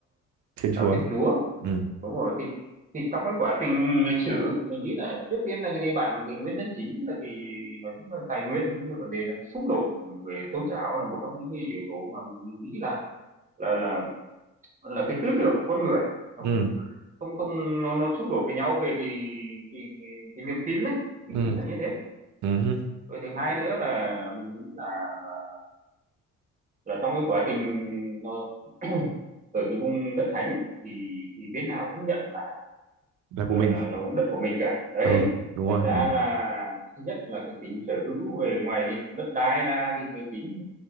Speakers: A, on the right (about 70°); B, on the right (about 25°).
A: Thiên Chúa
B: đạo Thiên Chúa
A: ừ.
B: đúng rồi thì thì trong cái quá trình lịch sử mình nghĩ là trước tiên là cái bạn cái nguyên nhân chính là cái nói chung là tài nguyên những cái vấn đề nó xung đột về tôn giáo là một trong những cái yếu tố mà mình nghĩ là là là là cái tư tưởng của con người nó
A: Ừ.
B: không không không nó nó xung đột với nhau về cái cái cái, cái niềm tin đấy mình
A: Ừ.
B: nghĩ là như thế
A: Ừ. hứ.
B: rồi thứ hai nữa là mình nghĩ là là, là trong cái quá trình nó <clears throat> ở cái vùng đất thánh thì thì bên nào cũng nhận là
A: là của
B: là
A: mình
B: là là vùng đất của mình cả đấy
A: ờ đúng rồi
B: thành ra
A: ừ.
B: Vâng, là thứ nhất là cái tính sở hữu về ngoài cái đất đai ra thì cái tính